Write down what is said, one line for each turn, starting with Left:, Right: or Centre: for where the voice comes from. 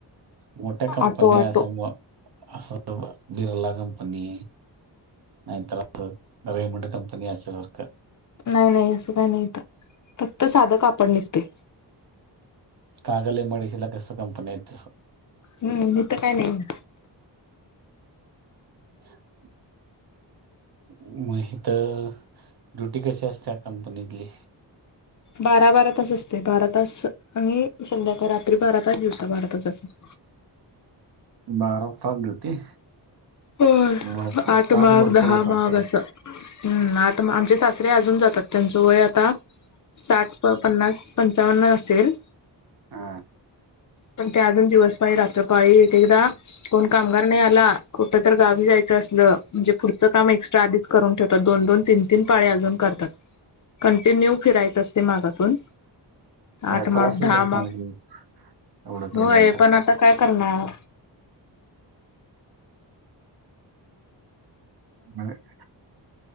Right: मोठ्या
Left: ऑटो
Right: कंपनी्या
Left: ऑटो
Right: असं म असं बिरला कंपनी, नाहीतर <unintelligible> रेमंड कंपनी अस्या सारक.
Left: नाही नाही असं काही नाही इथं, फक्त साधं कापड निघतय.
Right: Kagal M I D C कस कंपनी हाईत तसं.
Left: हम्म हितं काय नाही.
Right: <inaudible> म हित ड्युटी कशी असत्या कंपनीतली.
Left: बारा, बारा तास असते बारा तास. आणि संध्याकाळ रात्री बारातास दिवसा बाराताच असं.
Right: बारा तास ड्युटी.
Left: होय
Right: भरपूर
Left: आठ
Right: तास
Left: माग,
Right: भरपूर
Left: दहा
Right: होतात
Left: माग
Right: ते
Left: असं. हम्म आठ आमचे सासरे अजून जातात त्यांचं वय आता साठ प पन्नास पंचावन्न असेल.
Right: हा.
Left: पण ते अजून दिवस पाळी, रात्र पाळी एक एकदा कोण कामगार नाही आला कुठं तर गावी जायचं असलं म्हणजे पुढचं काम एक्स्ट्रा आधीच करून ठेवतात दोन-दोन, तीन तीन पाळे अजून करतात, कंटिन्यू फिरायच असते मागातून.
Right: म्हणजे
Left: आठ माग,
Right: त्रास होत
Left: दहा
Right: असणार
Left: माग,
Right: की एवढं केल्यानंतर
Left: होय पण आता काय करणार.
Right: मग-